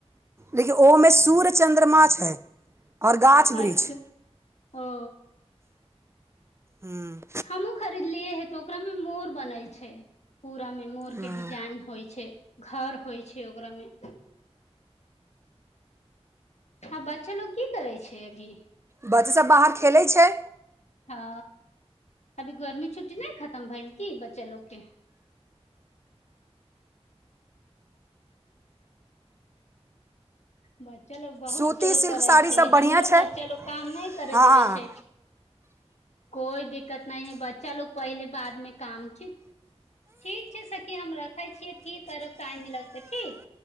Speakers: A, on the right; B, on the left.
A: लेकिन ओहोमे सूर्य चन्द्रमा छै आओर गाछ
B: अच्छा
A: वृक्ष
B: ओ
A: हूँ
B: हमो खरीदलियए है तो ओकरा मे मोर बनल छै पूरा मे मोर
A: हँ
B: के डिजाइन होइ छै घर होइ छै ओकरा मे हँ बच्चल लोक की करै छै अभी
A: बच्च सभ बाहर खेलैत छै
B: ह अभी गर्मी छुट्टी नहि खतम भेल क बच्चा लोगके बच्चा लोग बहुत
A: सूती
B: शोर
A: सिल्क
B: करे
A: साड़ी
B: छै
A: सब
B: हमरो
A: बढ़िआँ छै
B: बच्चा लोग काम नहि करे
A: हँ
B: देबे छै कोइ दिक्कत नहि है बच्चा लोग पहिले बाद मे काम छै ठीक छै सखी हम रखै छियै फिर करब टाइम मिलतऽ ठीक